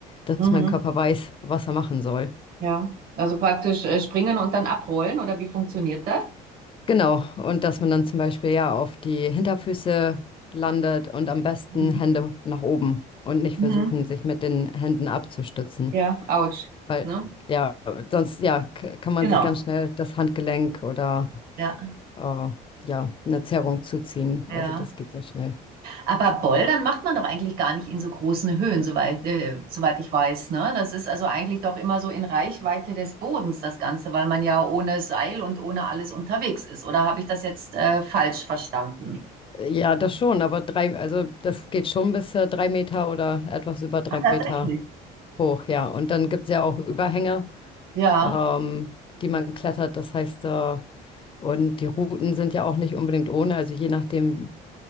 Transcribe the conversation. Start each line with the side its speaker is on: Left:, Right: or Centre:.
Left: dass
Right: Mhm.
Left: mein Körper weiß, was er machen soll.
Right: Ja. Also praktisch äh, springen und dann abrollen oder wie funktioniert das?
Left: Genau, und dass man dann zum Beispiel ja auf die Hinterfüße landet und am besten
Right: Mhm.
Left: Hände nach oben und nicht
Right: Mhm.
Left: versuchen, sich mit den Händen abzustützen.
Right: Ja, ouch.
Left: Weil
Right: Ne?
Left: ja, sonst ja, k- kann man
Right: Genau.
Left: sich ganz schnell das Handgelenk oder
Right: Ja,
Left: äh, ja, eine Zerrung zuziehen.
Right: ja.
Left: Also das geht sehr schnell.
Right: Aber Bouldern macht man doch eigentlich gar nicht in so großen Höhen, soweit, äh, soweit ich weiß, ne? Das ist also eigentlich doch immer so in Reichweite des Bodens, das Ganze, weil man ja ohne Seil und ohne alles unterwegs ist. Oder habe ich das jetzt äh, falsch verstanden?
Left: Ja, das schon, aber drei, also das geht schon bis äh, drei Meter oder etwas über drei
Right: Tatsächlich.
Left: Meter hoch, ja. Und dann gibt es ja auch Überhänge,
Right: Ja.
Left: ähm, die man klettert. Das heißt, äh, Und die Routen sind ja auch nicht unbedingt ohne, also je nachdem,